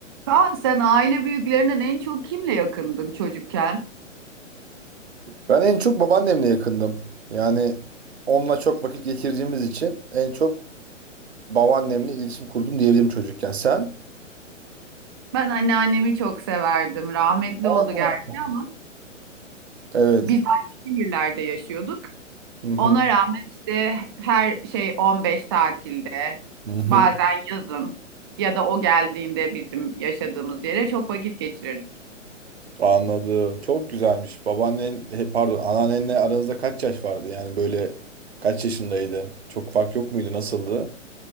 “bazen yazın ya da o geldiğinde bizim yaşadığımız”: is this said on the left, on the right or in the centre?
Right